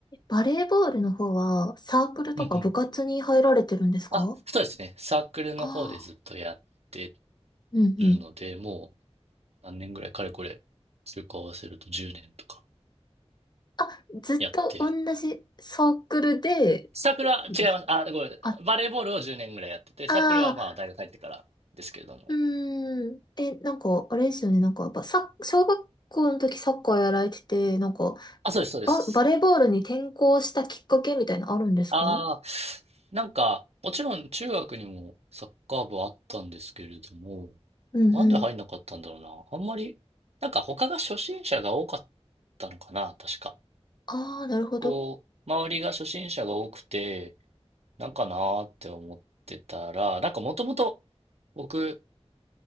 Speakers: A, on the left; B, on the right.
A: バレーボールの方はサークルとか部活に入られてるんですか
B: うんうん。あ、そうですね。サークルの方でずっとやって
A: ああー。うんうん。
B: るので、もう何年ぐらい、かれこれ、中高合わせると10年とか
A: あ、ずっと同じサークルで、
B: やってサークルは違います。
A: ですね。
B: あ、ごめん。
A: あ、あ
B: バレーボールを10年ぐらいやってて、
A: あ、
B: サークルはまあ大学入ってからですけれども。
A: うーん。え、なんか、あれですよね。なんか、ば、さ、小学校の時サッカーやられてて、なんか、
B: あ、そうです、そうです。
A: バ、バレーボールに転向したきっかけみたいなのあるんですかう
B: ああ、なんか、もちろん中学にもサッカー部はあったんですけれども、
A: んうん。
B: なんで入んなかったんだろうな。あんまり、なんか他が初心者が多かったのかな、確か。
A: ああ、なるほど。
B: こう、周りが初心者が多くて、なんかなーって思ってたら、なんかもともと僕、